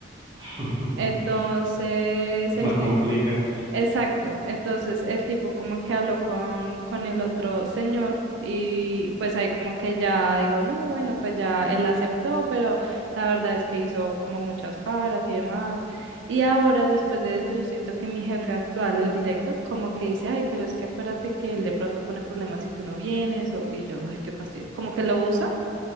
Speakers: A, on the right (about 20°); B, on the right (about 70°).
A: <laughs>
B: Entonces, el
A: La complican,
B: Exacto. Entonces el tipo como que habló con, con el otro señor y pues ahí como que ya dijo, no, bueno, pues ya él aceptó, pero la verdad es que hizo como muchas caras y demás. Y ahora después de eso yo siento que mi jefe actual, el directo, como que dice, ay, pero es que acuérdate que él de pronto pone problemas si tú no vienes o, y yo, ay, qué fastidio, como que lo usa